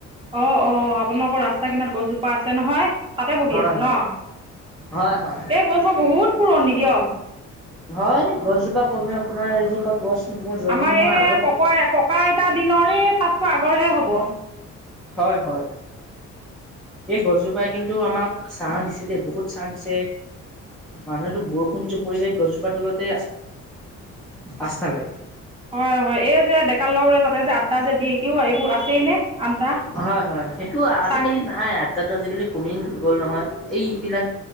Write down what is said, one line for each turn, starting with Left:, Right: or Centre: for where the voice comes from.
Right: অ', অ', আপোনালোকৰ ৰাস্তা কিনাৰত গছজোপা আছে নহয় তাতে বহি
Centre: হয়
Right: আছে
Centre: হয়
Right: ন'?
Centre: হয় হয়, হয়।
Right: এই গছ জোৰ বহুত পুৰণি দিয়ক
Centre: হয়, গছজোপা কমেও আপোনাৰ এজোপা গছ মোৰ জন্ম
Right: আমাৰ
Centre: নোহোৱাৰ
Right: এই
Centre: আগতেই।
Right: ককৈ ককা আইতাৰ দিনৰেই তাতকৈ আগৰহে হ'ব।
Centre: হয়, হয়। এই গছজোপাই কিন্তু আমাক ছাহ দিছে দেই বহুত ছাহ দিছে। মানুহেতো বৰষুণ যে পৰিলে গছজোপা তলতে আস্থা লয়।
Right: হয়, হয়, এই যে ডেকা ল'ৰাবোৰে যে তাতে যে আড্ডা যে দিয়ে এতিয়াও এইবোৰ আছেই নে আড্ডা
Centre: হয়, হয়, সেইটো আজিকালি
Right: চাং
Centre: নাই আড্ডাটো আজিকালি কমি গ'ল নহয়, এইবিলাক